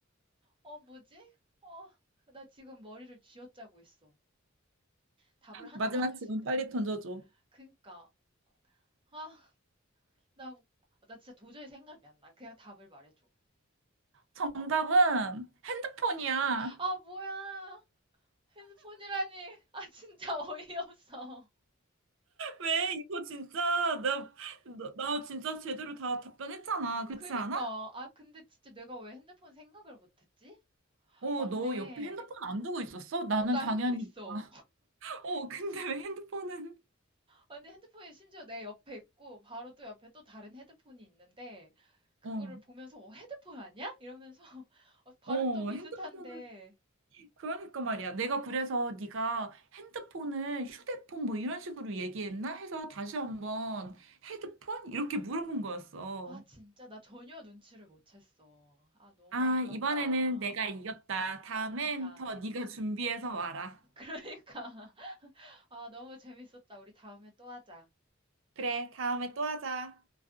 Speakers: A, on the right; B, on the right.
A: 어, 뭐지? 어, 나 지금 머리를 쥐어짜고 있어. 답을 하나만
B: 마지막
A: 할
B: 질문
A: 수 있는데.
B: 빨리 던져줘.
A: 그니까, 아, 나, 나 진짜 도저히 생각이 안 나. 그냥 답을 말해줘.
B: 정답은 핸드폰이야.
A: 아, 뭐야. 핸드폰이라니. 아, 진짜 <laughs> 어이없어.
B: 왜? 이거 진짜, 나, 나, 나 진짜 제대로 다 답변했잖아. 그렇지
A: 그니까,
B: 않아?
A: 아, 근데 진짜 내가 왜 핸드폰 생각을 못했지?
B: 어,
A: 맞네.
B: 너 옆에 핸드폰 안 두고 있었어? 나는
A: 어, 나
B: 당연히.
A: 핸드폰 있어.
B: <laughs> 아, 어, 근데 왜 핸드폰은?
A: 아니, 핸드폰이 심지어 내 옆에 있고, 바로 또 옆에 또 다른 헤드폰이 있는데, 그거를
B: 어,
A: 보면서, 어, 헤드폰 아니야? 이러면서, <laughs> 어, 발음도
B: 어,
A: 비슷한데,
B: 핸드폰은 그러니까 말이야. 내가 그래서 네가 핸드폰을 휴대폰 뭐 이런 식으로 얘기했나 해서 다시 한번 헤드폰? 이렇게 물어본 거였어.
A: 아, 진짜, 나 전혀 눈치를 못 챘어. 아, 너무
B: 아,
A: 아깝다.
B: 이번에는 내가 이겼다. 다음엔
A: 그니까,
B: 더 네가 준비해서 와라.
A: <laughs> 그러니까. 아, 너무 재밌었다. 우리 다음에 또 하자.
B: 그래, 다음에 또 하자.